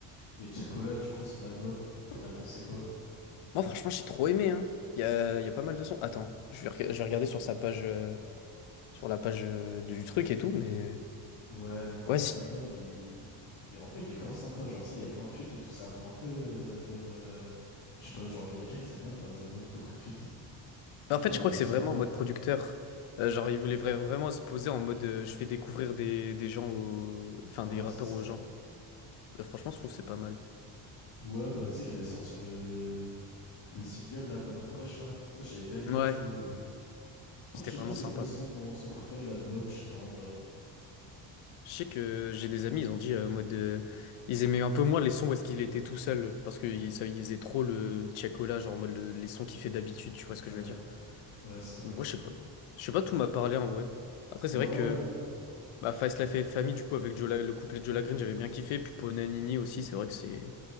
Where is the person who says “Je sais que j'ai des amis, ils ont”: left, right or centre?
Left